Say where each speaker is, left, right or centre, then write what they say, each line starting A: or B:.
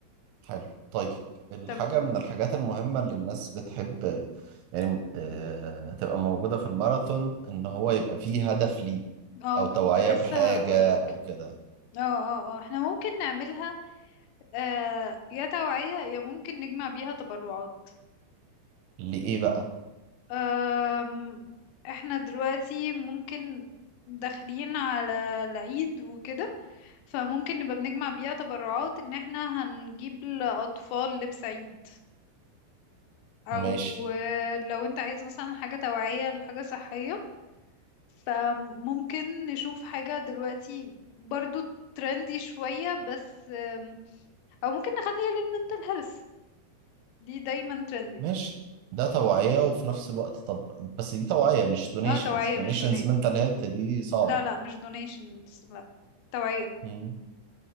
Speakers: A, on the right; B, on the left.
A: حلو طيب الحاجة
B: تمام
A: من الحاجات المهمة اللي الناس بتحب يعني آه، تبقى موجودة في الماراثون ان هو يبقى فيه هدف ليه
B: اه
A: او
B: كنت
A: توعية
B: لسه
A: بحاجة
B: هقولك
A: او كده
B: اه اه اه احنا ممكن نعملها آه يا توعية يا ممكن نجمع بيها تبرعات
A: لإيه
B: يعني
A: بقى
B: آم، احنا دلوقتي ممكن داخلين على العيد وكده فممكن نبقى بنجمع بيها تبرعات ان احنا هنجيب لأطفال لبس عيد او
A: ماشي
B: آه، لو انت عايز مثلا حاجة توعية لحاجة صحية فممكن نشوف حاجة دلوقتي برضو ترندي شوية بس آم، او ممكن نخليها للمنتل هيلث دي دايما ترندي
A: ماشي ده توعية وفي نفس الوقت طب بس دي توعية مش دونيشنز
B: اه توعية
A: دونيشنز
B: مش دوني
A: منتال هيلث دي صعبة
B: لا لا مش دونيشنز لا توعية
A: مم.